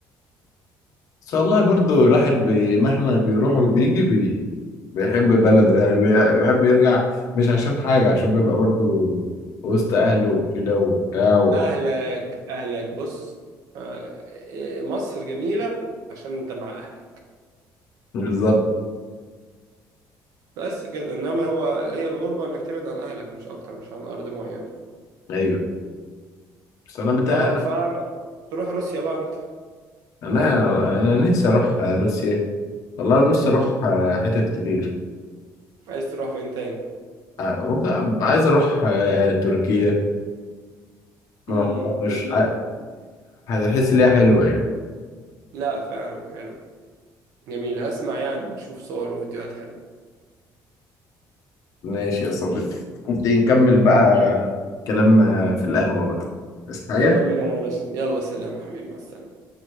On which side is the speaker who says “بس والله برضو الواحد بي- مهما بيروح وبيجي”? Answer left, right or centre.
Left